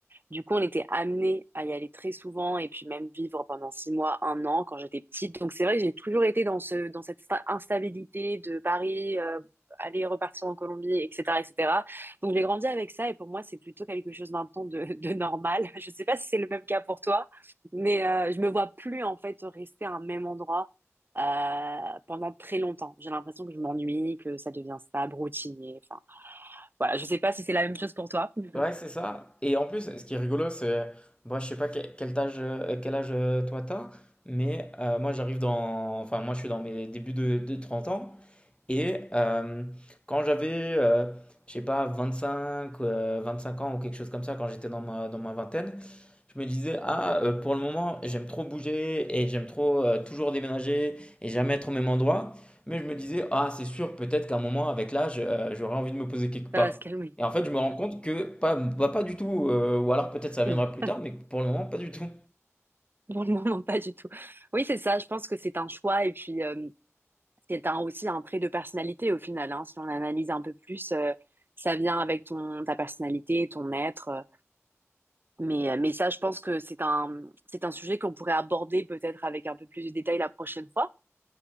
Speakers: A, on the right; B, on the left.
A: Du coup, on était amené à y aller très souvent et puis même vivre pendant six mois, un an quand j'étais petite. Donc c'est vrai que j'ai toujours été dans ce, dans cette sta- instabilité de Paris, euh, aller repartir en Colombie, etc., etc. Donc j'ai grandi avec ça et pour moi c'est plutôt quelque chose maintenant de, de normal. <laughs> Je sais pas si c'est le même cas pour toi, mais euh, je me vois plus en fait rester à un même endroit euh, pendant très longtemps. J'ai l'impression que je m'ennuie, que ça devient stable, routinier. Enfin voilà, je sais pas si c'est la même chose pour toi. <laughs>
B: Ouais, c'est ça. Et en plus, ce qui est rigolo, c'est, moi, je sais pas que- quel âge, euh, quel âge euh, toi t'as, mais euh, moi, j'arrive dans, enfin, moi, je suis dans mes débuts de, de 30 ans, et euh, quand j'avais, euh, je sais pas, vingt-cinq, euh, cinq ans ou quelque chose comme ça, quand j'étais dans ma, dans ma vingtaine, je me disais, ah, euh, pour le moment, j'aime trop bouger et j'aime trop euh, toujours déménager et jamais être au même endroit. Mais je me disais, ah, c'est sûr, peut-être qu'à un moment, avec l'âge, euh, j'aurais envie de me poser quelque part.
A: Ça va se calmer.
B: Et en fait, je me rends compte que pas, bah, pas du tout, euh, ou alors peut-être ça viendra
A: <laughs>
B: plus tard, mais pour le moment, pas du tout.
A: Pour le moment, pas du tout. Oui, c'est ça. Je pense que c'est un choix et puis euh, c'est un, aussi un trait de personnalité au final. hein. Si on analyse un peu plus, euh, ça vient avec ton ta personnalité, ton être. euh. Mais euh, mais ça, je pense que c'est un c'est un sujet qu'on pourrait aborder peut-être avec un peu plus de détails la prochaine fois